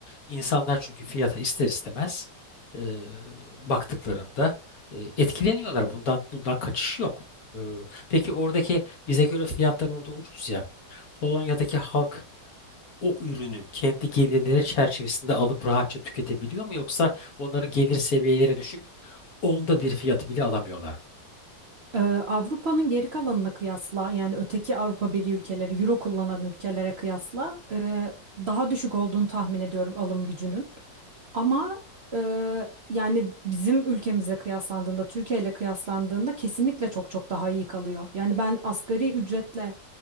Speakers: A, on the left; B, on the right.
A: İnsanlar çünkü fiyata ister istemez e, baktıklarında e, etkileniyorlar. Bundan bundan kaçış yok. E, peki oradaki bize göre fiyatlar orada ucuz ya. Polonya'daki halk o ürünü kendi gelirleri çerçevesinde alıp rahatça tüketebiliyor mu yoksa onların gelir seviyeleri düşük onda bir fiyatı bile alamıyorlar mı?
B: Ee, Avrupa'nın geri kalanına kıyasla yani öteki Avrupa Birliği ülkeleri, Euro kullanan ülkelere kıyasla e, daha düşük olduğunu tahmin ediyorum alım gücünün. Ama e, yani bizim ülkemize kıyaslandığında, Türkiye ile kıyaslandığında kesinlikle çok çok daha iyi kalıyor. Yani ben asgari ücretle